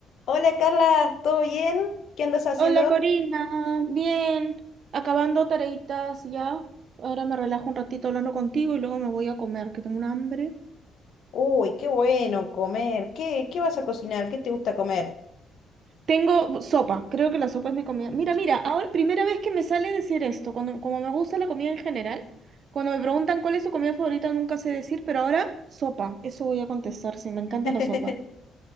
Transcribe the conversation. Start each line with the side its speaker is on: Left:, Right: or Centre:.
Left: Hola Carla, ¿todo bien? ¿Qué andas haciendo?
Right: Hola Corina, bien, acabando tareitas ya. Ahora me relajo un ratito hablando contigo y luego me voy a comer, que tengo un hambre.
Left: Uy, qué bueno comer. ¿Qué, qué vas a cocinar? ¿Qué te gusta comer?
Right: Tengo sopa, creo que la sopa es mi comida. Mira, mira, ahora primera vez que me sale decir esto, cuando, como me gusta la comida en general, cuando me preguntan cuál es su comida favorita nunca sé decir, pero ahora sopa, eso voy a contestar, sí, me encanta
Left: <laughs>
Right: la sopa,